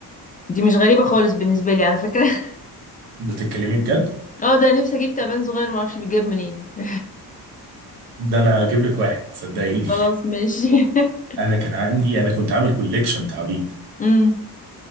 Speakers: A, on the left; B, on the right.
A: دي مش غريبه خالص بالنسبه لي على فكره <laughs>
B: بتتكلمي بجد
A: اه ده أنا نفسي اجيب تعبان صغير ما اعرفش بيتجاب منين <laughs>
B: ده انا اجيب لك واحد صدقيني
A: خلاص ماشي <laughs>
B: انا كان عندي انا كنت عامل كوليكشن تعابين
A: امم